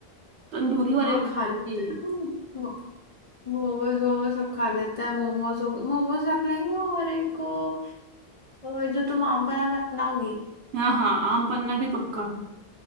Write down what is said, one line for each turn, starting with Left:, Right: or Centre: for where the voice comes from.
Right: तंदूरी वाले
Left: हाँ
Right: बनाएंगे
Left: खा लेते हैं मो- मोमोज वोमोज सब खा लेते हैं मोमोज हो मोमोज रख लेंगे और एक वो, अ, जो तुम आप बना बनाओगी
Right: हाँ हाँ आम पन्ना भी पक्का